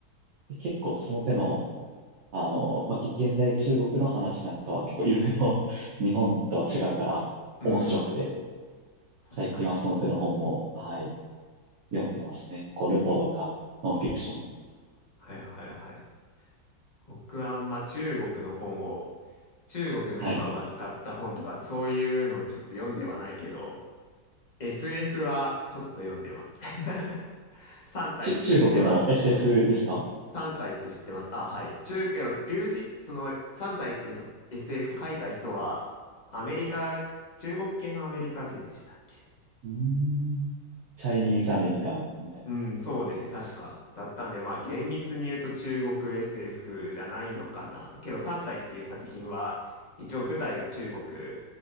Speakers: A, on the right (about 60°); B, on the left (about 35°).
A: で、結構その手の、あの、まあ、げ現代中国の話なんかは結構いろいろ <laughs> 日本とは違うから面白くて、
B: うーん、確かに。
A: 最近はその手の本も、はい、読んでますね。こう、ルポとか、ノンフィクション。
B: はいはいはい。僕はあんま中国の本を、中国の今は使った本とか、
A: はい。
B: そういうのをちょっと読んではないけど、SF はちょっと読んでます。<laughs> 3体って知ってます。
A: ち、中国の SF ですか
B: 3体って知ってます。あ、はい。中、いや、龍神、その3体ってさ SF 書いた人は、アメリカ、中国系のアメリカ人でしたっけ
A: うーんチャイニーズアメリカンみたい
B: うん、そうですね。確か。だったんで、まあ、厳密に言うと中国 SF じゃないのかな。けど、三体っていう作品は、一応舞台が中国